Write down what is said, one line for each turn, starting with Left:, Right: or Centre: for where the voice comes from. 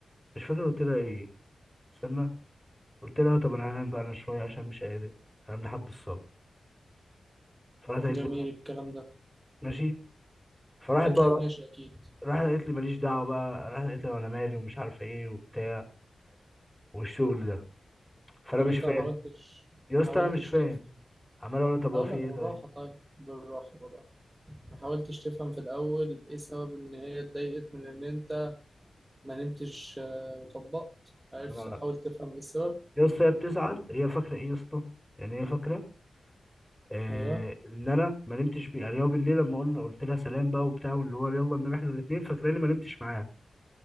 Centre: مش فاكر قلت لها ايه استنى قلت لها طب انا هنام بقى انا شويه عشان مش قادر هنام لحد الصلاه فراحت قالت
Right: جميل
Centre: لي
Right: الكلام ده
Centre: ماشي فراحت
Right: قالت
Centre: بقى
Right: لك ماشي أكيد
Centre: راحت قالت لي ماليش دعوه بقى راحت قالت لي وانا مالي ومش عارف ايه وبتاع والشغل ده فانا
Right: طب
Centre: مش
Right: أنت
Centre: فاهم
Right: ما حاولتش
Centre: يا
Right: ما
Centre: اسطى
Right: حاولتش
Centre: انا مش فاهم
Right: تفهم
Centre: عمال اقول لها طب
Right: هقول
Centre: هو في
Right: لك
Centre: ايه
Right: بالراحة
Centre: طيب
Right: طيب بالراحة بالراحة ما حاولتش تفهم في الأول إيه سبب إن هي اتضايقت من إن أنت ما نمتش آه، وطبقت عرفت
Centre: ما انا
Right: حاول
Centre: عارف
Right: تفهم إيه السبب
Centre: يا اسطى هي بتزعل هي فاكره ايه يا اسطى يعني هي فاكره آه
Right: أيوه
Centre: ان انا ما نمتش بيه يعني هو بالليل لما قلنا قلت لها سلام بقى وبتاع واللي هو يلا ننام احنا الاثنين فاكراني ما نمتش معاها